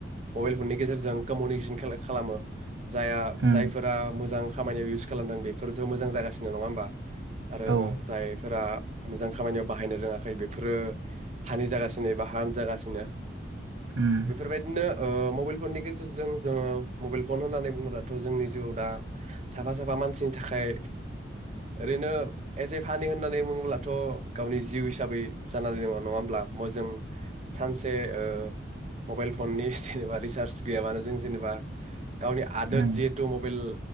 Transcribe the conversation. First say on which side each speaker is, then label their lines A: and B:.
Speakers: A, on the right (about 40°); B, on the right (about 80°).
A: मबाइल फननि गेजेरजों कमिउनिकेसन खेला खालामो जाया
B: उम
A: जायफोरा मोजां खामानियाव इउस खालामदों बेफोरथ' मोजां जागासिनो नङा होमबा आरो
B: औ
A: जायफोरा मोजां खामानियाव बाहायनो रोङाखै बेफोरो हानि जागासिनो एबा हाम जागासिनो
B: उम
A: बेफोर बायदिनो ओ मबाइल फननि जों जोङो मबाइल फन होननानै बुङोब्लाथ' जोंनि जिउआव दा साफा साफा मानसिनि थाखाय ओरैनो एस ए फानि होननानै बुङोब्लाथ' गावनि जिउ हिसाबै जानानै दङ नङा होमब्ला म जों सानसे ओ मबाइल फननि जेनेबा रिसार्ज गैयाबानो जों जेनेबा गावनि आदोद
B: उम
A: जिहेतु मबाइल